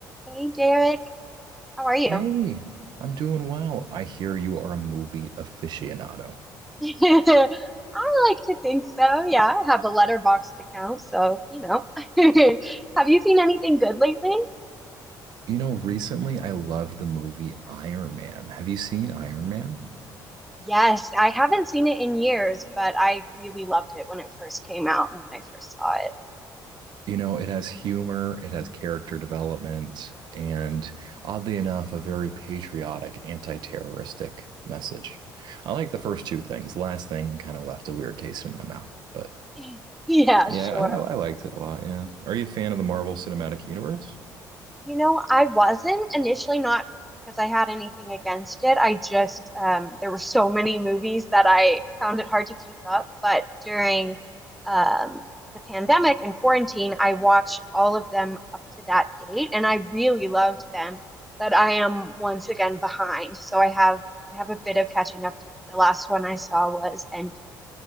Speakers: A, in the centre; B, on the right.
A: Hey Derek, how are you?
B: Hey,
A: <laughs>
B: I'm doing well. I hear you are a movie aficionado.
A: I like to think so. Yeah, I have a letterboxed account, so you know. <laughs> Have you seen anything good lately?
B: You know, recently I loved the movie Iron Man. Have you seen Iron Man?
A: Yes, I haven't seen it in years, but I really loved it when it first came out, when I first saw it.
B: You know, it has humor, it has character development, and oddly enough, a very patriotic, anti-terroristic message. I like the first two things. The last thing kind of left a weird taste in my mouth, but
A: <laughs> Yeah,
B: yeah,
A: sure.
B: I, I liked it a lot. Yeah. Are you a fan of the Marvel Cinematic Universe?
A: You know, I wasn't initially not because I had anything against it. I just um, there were so many movies that I found it hard to keep up. But during um, the pandemic and quarantine, I watched all of them up to that date, and I really loved them. But I am once again behind, so I have I have a bit of catching up to do. The last one I saw was Endgame.